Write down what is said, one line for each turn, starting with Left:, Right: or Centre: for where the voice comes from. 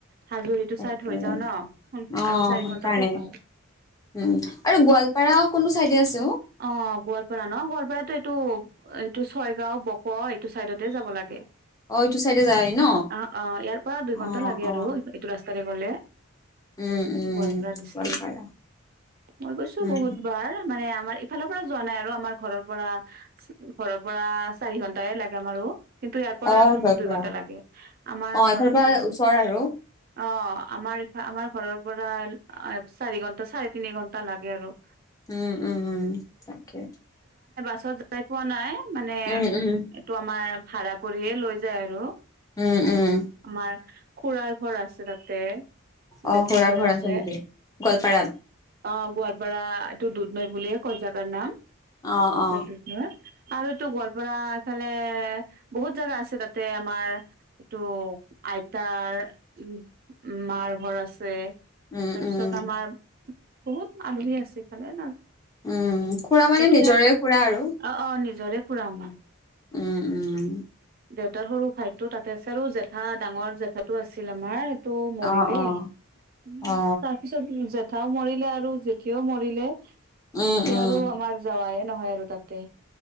Right: হাজুলিটো
Left: তাকে
Right: চাই থ হৈ যাও ন
Left: অ
Right: আৰু চাৰি
Left: সেইকাৰণে
Right: ঘন্টাতে পাও।
Left: উম, আৰু গোৱালপাৰা কোনটো চাইডে আছো।
Right: অ, গোৱালপাৰা ন গোৱালপাৰাটো এইটো - এইটো ছয়গাও বক চডতে যাব লাগে
Left: অ এইটো চাইডে যায় ন
Right: অ - অ ইয়াৰ পৰা দুই ঘন্টা
Left: অ
Right: লাগে
Left: অ
Right: আৰু।
Left: অ
Right: এইটো ৰাস্তাৰে গলে।
Left: উম - উম
Right: গোৱালপাৰা
Left: গোৱালপাৰা।
Right: ডিষ্ট্ৰিক মই গৈছো
Left: উম
Right: বহুতবাৰ মানে আমাৰ ইফালৰ পৰা যোৱা নাই আৰু আমাৰ ঘৰৰ পৰা। ঘৰৰ পৰা চাৰি ঘণ্টাই লাগে আমাৰ কিন্তু ইয়াৰ পৰা
Left: অ
Right: আৰু
Left: গোৱালপাৰা
Right: দুই ঘণ্টা লাগে আমাৰ
Left: অ এইফালৰ
Right: ঘৰৰ পৰা।
Left: ওচৰ আৰু
Right: অ, আমাৰ ইফ আমাৰ ঘৰৰ পৰা চাৰি ঘণ্টা চাৰে তিনি ঘণ্টা লাগে আৰু।
Left: উম - উম - উম তাকে।
Right: পছত যাই পোৱা নাই মানে
Left: উম উম
Right: এইটো আমাৰ ভাড়া কৰিয়ে লৈ যায় আৰু।
Left: উম উম
Right: আমাৰ খুৰাৰ ঘৰ আছে তাতে
Left: অ
Right: জেঠাৰ
Left: খুৰাৰ
Right: ঘৰ আছে।
Left: নেকি গোৱালপাৰাত
Right: অ, গোৱালপাৰা এইটো দুধ নৈ বুলিয়ে কয় জাগাৰ নাম। গপত
Left: অ অ
Right: নহয় আৰু তো গোৱলপাৰা এইফালে বহুত জোগা আছে তাতে আমাৰ এইটো আইতাৰ উম, মাৰ ঘৰ আছে।
Left: উম
Right: তাৰপিছত
Left: - উম - উম।
Right: আমাৰ বহুত আলহী আছে ইফালে ন
Left: উম, খুৰা মানে
Right: এতিয়া
Left: নিজৰে খুৰা আৰু।
Right: অ অ নিজৰে খুৰা আমাৰ।
Left: উম - উম।
Right: দেউতাৰ সৰু ভাইতো তাতে আ চাৰো জেঠা ডাঙৰ জেঠাটো আছিল আমাৰ টো মৰিলে
Left: অ অ
Right: উম,
Left: অ
Right: তাৰপিছত জেথাও মৰিলে আৰু জেথিও মৰিলে এতিয়া
Left: উম উম
Right: আৰু আমাৰ যাৱাইে নহয় আৰু তাতে।